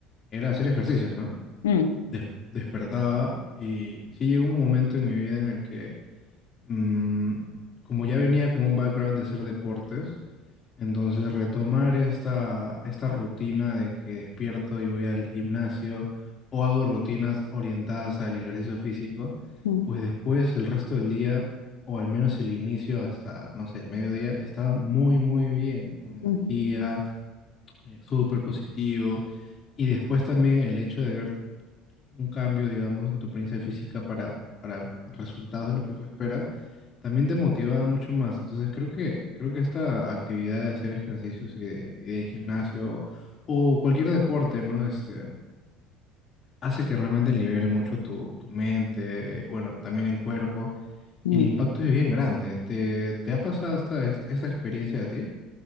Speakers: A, on the left (about 45°); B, on the left (about 85°).
A: era hacer ejercicios, ¿no?
B: mm,
A: Des- despertaba y sí llegó un momento en mi vida en el que, mm, como ya venía con un background de hacer deportes, entonces, retomar esta, esta rutina de que despierto y voy al gimnasio o hago rutinas orientadas al ejercicio físico,
B: mm,
A: pues después el resto del día, o al menos el inicio hasta, no sé, el mediodía, estaba muy, muy bien, con energía,
B: ujú,
A: eh, súper positivo. Y después también el hecho de ver un cambio, digamos, en tu apariencia física para, para resultados de lo que tú esperas, también te motiva mucho más. Entonces creo que, creo que esta actividad de hacer ejercicios y de, y de gimnasio o cualquier deporte, ¿no? Este, hace que realmente libere mucho tu, tu mente, bueno, también el cuerpo,
B: mm.
A: y el impacto es bien grande. ¿Te, te ha pasado esta, esta experiencia a ti?